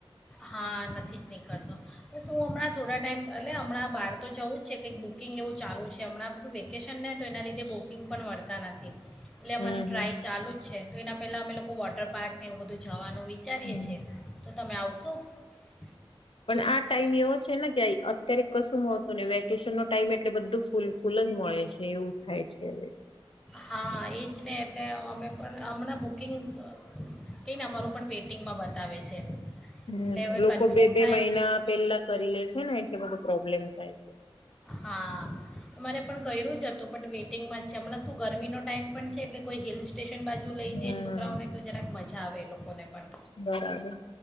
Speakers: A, in the centre; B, on the left.
A: હા નથી જ નીકળતો બસ હું હમણાં થોડા ટાઈમ એટલે હમણાં બહાર તો જવું જ છે, કંઈક બુકિંગ એવું ચાલું છે, હમણાં બધું વેકેશન તો એના લીધે બુકિંગ પણ મળતા નથી. એટલે અમારી
B: હમ
A: ટ્રાય ચાલુ જ છે, તો એના પેલા અમે લોકો. <unintelligible> વોટર પાર્ક ને એવું બધું જવાનું. વિચારીએ
B: હમ
A: છે, તો તમે આવશો. શું
B: પણ આ ટાઈમ એવો છે ને જાય કે અત્યારે કશું મળતું નઈ વેકેશનનો ટાઈમ એટલે બધું ફૂલ ફૂલ જ હોય છે એવું થાય છે હવે.
A: હા એ જ ને એટલે અમે પણ હમણાં બુકિંગ કેયને અમારું પણ વેઇટિંગમાં બતાવે છે. એટલે
B: હમ
A: હવે
B: લોકો
A: કન્ફર્મ
B: બે બે
A: થાય
B: મહિના પેહલા કરી લે છે ને એટલે બધો પ્રોબ્લેમ થાય છે.
A: હા અમારે પણ કઈ જ હતું પણ વેટિંગમાં જ છે હમણાં શું ગરમીનો ટાઈમ પણ છે એટલે કોઈ હિલ્સ સ્ટેશન બાજુ લઈ
B: હમ
A: જઈ છોકરાઓને તો જરાક મજા જા આવે એ લોકોને. પણ
B: બરાબર